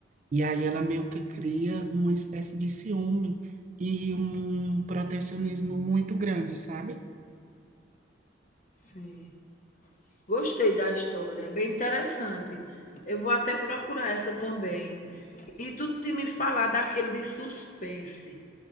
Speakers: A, on the right (about 40°); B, on the left (about 45°).
A: e aí ela meio que cria uma espécie de ciúme e um protecionismo muito grande, sabe?
B: sim. Gostei da história, é bem interessante. Eu vou até procurar essa também. E tu tinha me falar daquele de suspense.